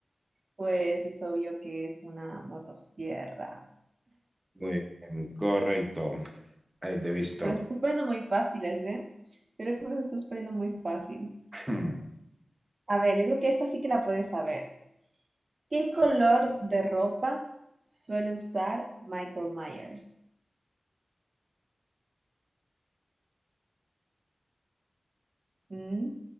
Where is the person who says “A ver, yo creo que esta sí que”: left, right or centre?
Right